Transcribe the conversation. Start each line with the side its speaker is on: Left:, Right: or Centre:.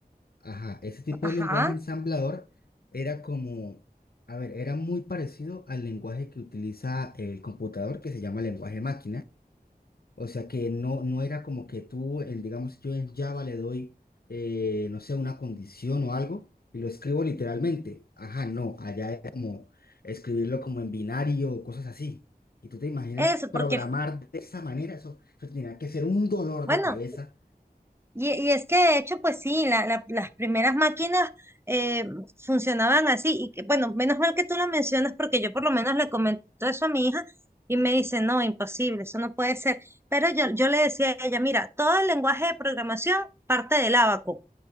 Left: Ajá, ese tipo
Right: ajá,
Left: de lenguaje ensamblador era como, a ver, era muy parecido al lenguaje que utiliza el computador que se llama lenguaje máquina. O sea que no, no era como que tú, en, digamos, yo en Java le doy, eh, no sé, una condición o algo y lo escribo literalmente. Ajá, no, allá era como escribirlo como en binario o cosas así. Y tú te imaginas
Right: eso,
Left: programar
Right: porque,
Left: de esa manera, eso, eso tenía que ser un dolor
Right: bueno.
Left: de cabeza.
Right: Y, y es que de hecho, pues sí, la- la- las primeras máquinas eh, funcionaban así. Y que, bueno, menos mal que tú lo mencionas porque yo por lo menos le comento eso a mi hija y me dice, no, imposible, eso no puede ser. Pero yo, yo le decía a ella, mira, todo el lenguaje de programación parte del ábaco.